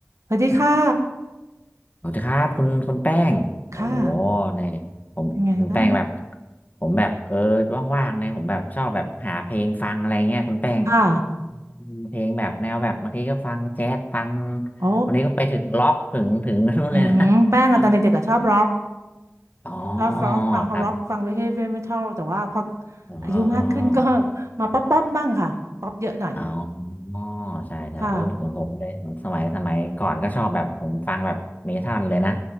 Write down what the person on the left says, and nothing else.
สวัสดีครับคุณคุณแป้งโอ้โห
เนี่ยผมถึงแป้งแบบ
ผมแบบเออว่างๆเนี่ยผมแบบชอบแบบหาเพลงฟังอะไรเงี้ยคุณแป้ง
อืมเพลงแบบแนวแบบบางทีก็ฟังแจ๊สฟัง
วันนี้ก็ไปถึงล็อกถึงถึงนู่นเลยนะ
เอออ๋อ
ครับอ๋อ
อ๋ออ๋อใช่ใช่เออผมผมเลยผมสมัยสมัยก่อนก็ชอบแบบผมฟังแบบเมทัลเลยนะ